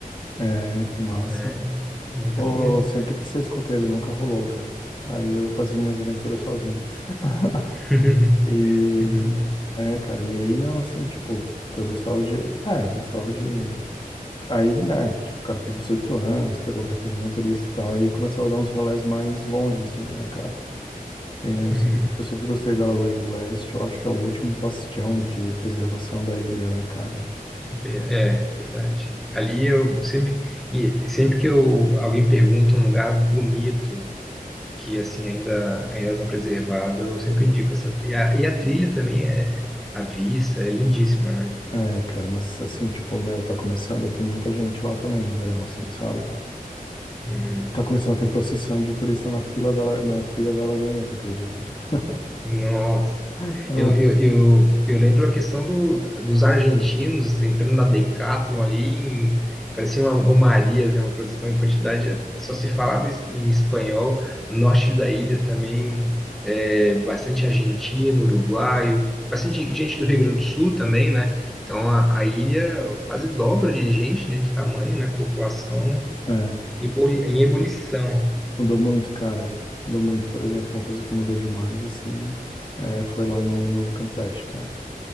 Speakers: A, on the left; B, in the centre.
A: É, que massa.
B: É, muito
A: Ô,
B: bom.
A: sempre quis ser escoteiro, nunca rolou, cara. Aí eu fazia minhas aventuras sozinho. <laughs>
B: <laughs>
A: E,
B: Muito bom.
A: é, cara, e aí não, assim, tipo, puta, eu gostava de, é, eu gostava de Aí, né, tipo, o cara fez 18 anos, pegou a carteira de motorista e tal, e começava a dar uns rolés mais longe, assim, né, cara? É,
B: Uhum.
A: Eu sempre, eu sempre gostei da Lagoinha do Leste, eu acho que é o último bastião de preservação da ilha, né, cara?
B: Ve- É, verdade. Ali eu sempre, e sempre que eu, alguém pergunta um lugar bonito, que assim ainda ainda está preservado, eu sempre indico essa. E a, e a trilha também é a vista, é lindíssima, né?
A: É, cara, mas assim, tipo, meu, tá começando a ter muita gente lá também no verão, assim, sabe, cara?
B: Uhum.
A: Tá começando a ter procissão de turista na fila da, la- na trilha da Lagoinha, tu acredita? <laughs>
B: Nossa.
A: Ah,
B: Eu, eu, eu, eu lembro a questão do, dos argentinos entrando na Decathlon ali, em, parecia uma romaria, assim, uma produção em quantidade, só se falava es- em espanhol. No norte da ilha também, é, bastante argentino, uruguaio, bastante gente do Rio Grande do Sul também, né? Então a, a ilha quase dobra de gente, né, de tamanho, né? População
A: É,
B: em, ebuli- em ebulição.
A: mudou muito, cara. Mudou muito, por exemplo, uma coisa que mudou demais, assim, é, foi lá no Novo Campeche, cara.